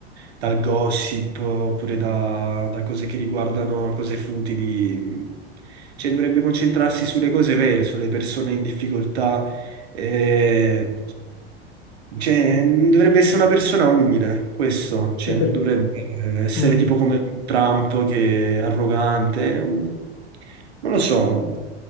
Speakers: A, on the right; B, on the left.
A: dal gossip oppure da, da cose che riguardano cose futili, cioè dovrebbe concentrarsi sulle cose vere, sulle persone in difficoltà, eh, cioè, dovrebbe essere una persona umile, questo, cioè
B: E
A: non
B: per-
A: dovrebbe essere
B: mm.
A: tipo come Trump che è arrogante, non lo so.